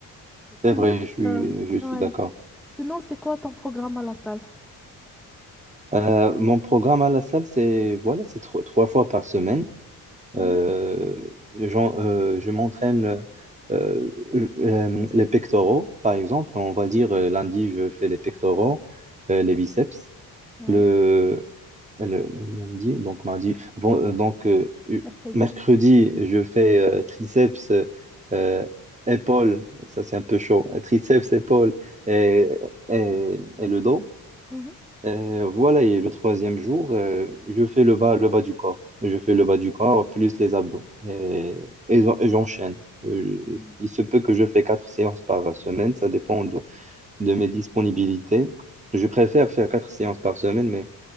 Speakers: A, in the centre; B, on the right.
A: Sinon,
B: c'est vrai, je suis,
A: euh,
B: je suis
A: ouais.
B: d'accord.
A: Sinon, c'est quoi ton programme à la salle?
B: Euh, mon programme à la salle, c'est voilà, c'est trois, trois fois par semaine.
A: Mhm,
B: Euh, j'en- euh, je m'entraîne euh, euh, les pectoraux, par exemple. On va dire euh, lundi, je fais les pectoraux, euh, les biceps.
A: ouais,
B: Le, le- lundi, donc mardi, bon, euh, donc euh, u-
A: mercredi.
B: mercredi, je fais euh, triceps, euh, épaules. Ça, c'est un peu chaud. Triceps, épaules et, et, et le dos.
A: Mhm.
B: Euh, voilà, et le troisième jour, euh, je fais le bas, le bas du corps. Je fais le bas du corps plus les abdos. Et, et j'en- et j'enchaîne. Euh,
A: Mm,
B: je- il se peut que je fais quatre séances par semaine, ça dépend de, de mes disponibilités. Je préfère faire quatre séances par semaine, mais